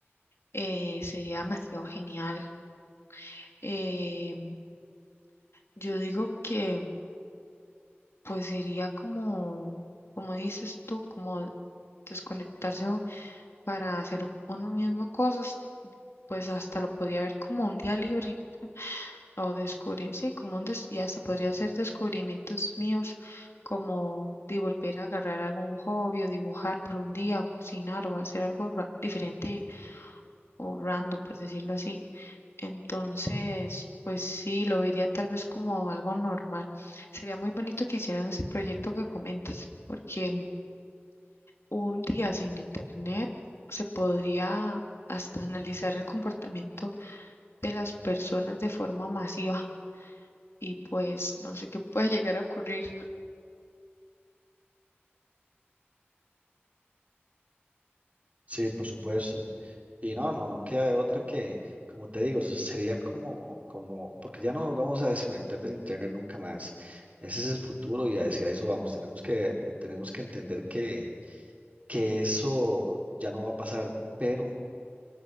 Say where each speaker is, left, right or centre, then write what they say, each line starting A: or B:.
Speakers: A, on the left; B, on the right.
A: eh, sería demasiado genial. Eh, yo digo que... pues sería como, como dices tú, como desconectarse u- para hacer uno mismo cosas, pues hasta lo podía ver como un día libre o descubrir, sí, como un des- y hasta podría ser descubrimientos míos, como de volver a agarrar algún hobby o dibujar por un día, o cocinar o hacer algo ra- diferente o random, por decirlo así. Entonces, pues sí, lo vería tal vez como algo normal. Sería muy bonito que hicieran ese proyecto que comentas, porque un día sin internet se podría hasta analizar el comportamiento de las personas de forma masiva y pues no sé qué puede llegar a ocurrir.
B: Sí, por supuesto. Y no, no, no queda de otra que, como te digo, se- sería como, como, porque ya no nos vamos a desconectar del internet nunca más. Ese es el futuro y hacia eso vamos. Tenemos que, tenemos que entender que, que eso ya no va a pasar, pero